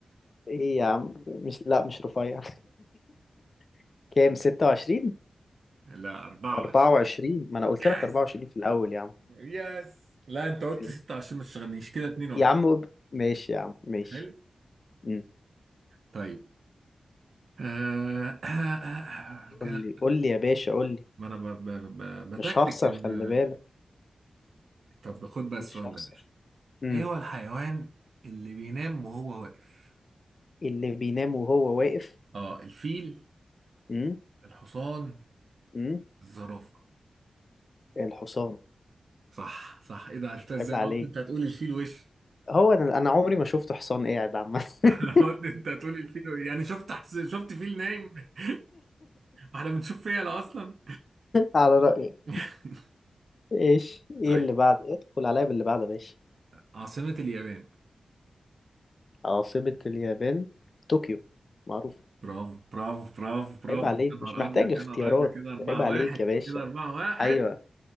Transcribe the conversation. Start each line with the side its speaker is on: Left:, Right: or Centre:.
Left: ايه يا عم مش لا مش رفيع <laughs> كام 26
Right: لا 24
Left: 24 ما انا قلت
Right: يس
Left: لك 24 في الاول يا عم
Right: يس لا أنت قلت
Left: ماشي
Right: 26 ما تشغلنيش كده 2 1
Left: يا عم قول- ماشي يا عم ماشي
Right: حلو
Left: امم
Right: طيب آه، آه آه آه، كده
Left: قول لي قول لي يا باشا قول لي
Right: ما أنا ب- ب- ب- بتكتك
Left: مش هخسر
Right: إن-
Left: خلي بالك
Right: طب خد بقى السؤال
Left: مش هخسر
Right: ده
Left: امم
Right: ايه هو الحيوان اللي بينام وهو واقف
Left: اللي بينام وهو واقف
Right: اه الفيل
Left: امم
Right: الحصان
Left: امم
Right: الزرافة
Left: الحصان
Right: صح صح ايه ده عرفتها ازاي
Left: عيب عليك
Right: انا قلت انت هتقول الفيل وش
Left: هو انا أنا عمري ما شفت حصان قاعد عامة
Right: <laughs>
Left: <laughs>
Right: انا قلت انت هتقول الفيل وش. يعني شفت حس... شفت فيل نايم <laughs> واحنا بنشوف فيل اصلا
Left: على رأيك
Right: <laughs>
Left: ايش
Right: طيب
Left: ايه اللي بعد ادخل عليا باللي بعد يا باشا
Right: عاصمة اليابان
Left: عاصمة اليابان طوكيو معروف
Right: برافو برافو برافو برافو
Left: عيب عليك
Right: يا نهار
Left: مش محتاج
Right: ابيض
Left: اختيارات
Right: يا نهار ابيض كده 4
Left: عيب عليك
Right: 1
Left: يا باشا
Right: كده 4 1
Left: ايوه